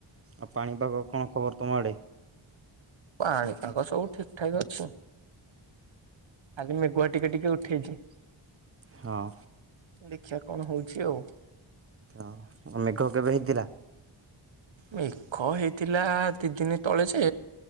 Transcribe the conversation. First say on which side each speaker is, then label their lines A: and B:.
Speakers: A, on the right; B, on the right.
A: ଆଉ ପାଣିପାଗ କଣ ଖବର ତମ ଆଡ଼େ?
B: ପାଣିପାଗ ସବୁ ଠିକ୍ ଠାକ୍ ଅଛି। ଖାଲି ମେଘୁଆ ଟିକେ ଟିକେ ଉଠେଇଚି।
A: ହଁ
B: ଦେଖିଆ କଣ ହଉଚି ଆଉ।
A: ଆଉ ମେଘ କେବେ ହେଇଥିଲା?
B: ମେଘ ହେଇଥିଲା ଦି ଦିନି ତଳେ ଯେ